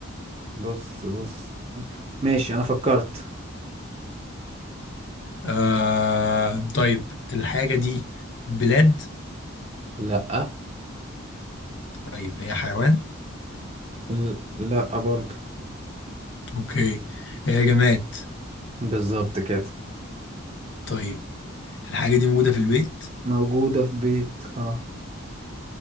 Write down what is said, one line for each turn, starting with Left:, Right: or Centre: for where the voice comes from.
Right: بص بص ماشي انا فكرت
Left: آه طيب الحاجة دي بلاد
Right: لا
Left: طيب هي حيوان
Right: ل- لا برضو
Left: اوكي هي جماد
Right: بالظبط كده
Left: طيب الحاجة دي موجودة في البيت
Right: موجودة في بيت اه